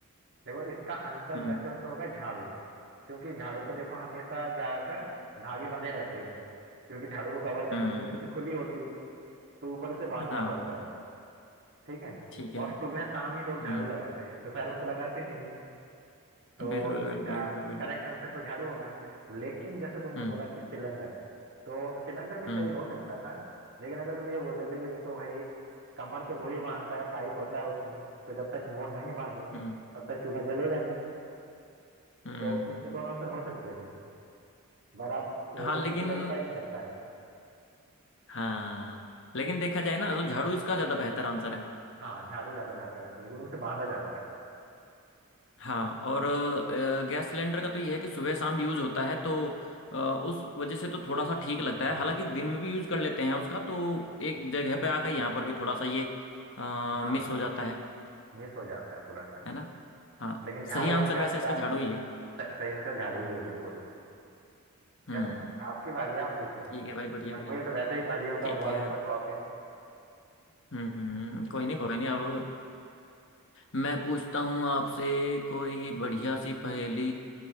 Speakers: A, on the right; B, on the left.
A: देखो इसका आंसर
B: हम्म
A: वैसे हो तो होगा झाड़ू क्योंकि झाड़ू पे देखो हमेशा ज्यादातर धागे बंधे रहते हैं क्योंकि झाड़ू को कवर करने
B: हम्म
A: के नीचे से खुली होती है तो ऊपर उसे बांधना
B: हाँ
A: पड़ता है ठीक है
B: ठीक है
A: और सुबह शाम ही लोग झाड़ू
B: हम्म
A: लगाते हैं दोपहर में तो लगाते नहीं है तो
B: बिल्कुल बिल्कुल
A: इसका
B: बिल्कुल बिल्कुल
A: करेक्ट आंसर तो झाड़ू होगा लेकिन जैसे तुमने
B: हम्म
A: बोला कि सिलेंडर तो सिलेंडर भी सही
B: हम्म
A: हो सकता था लेकिन अगर तुम ये बोल देते कि देखो भाई कमर तो वही बांधता है पाइप होता है उसमें तो जब तक वो नहीं बांधेंगे
B: हम्म
A: तब तक चूल्हा जलेगा नहीं
B: हम्म
A: तो इसके दोनों आंसर हो सकते थे पर आप वही
B: हाँ
A: है ना
B: लेकिन
A: क्लैरिफाई नहीं कर पाए
B: हाँ लेकिन देखा जाए ना तो झाड़ू इसका ज्यादा बेहतर आंसर है
A: हाँ झाड़ू ज्यादा बेहतर आंसर क्योंकि उसे बांधा जाता है
B: हाँ और अ, गैस सिलेंडर का तो ये है कि सुबह शाम यूज होता है तो अ, उस वजह से तो थोड़ा सा ठीक लगता
A: हाँ
B: है हालांकि दिन में भी यूज कर लेते हैं उसका तो एक जगह पे आकर यहाँ पर भी थोड़ा सा ये
A: हाँ
B: मिस हो जाता है
A: मिस हो जाता है थोड़ा सा
B: है ना हाँ
A: लेकिन झाड़ू
B: सही आंसर
A: दोपहर
B: वैसे
A: में
B: इसका
A: जा
B: झाड़ू ही है
A: स- सही आंसर झाड़ू ही है बिल्कुल
B: हम्म
A: चलो आपकी बारी आप पूछो
B: ठीक है भाई बढ़िया
A: मैं
B: बढ़िया
A: मुझे तो वैसे ही पहेलियों का
B: ठीक
A: बहुत
B: है
A: ज्यादा शौक है
B: हम्म कोई नहीं कोई नहीं अब मैं पूछता हूँ आपसे कोई बढ़िया सी पहेली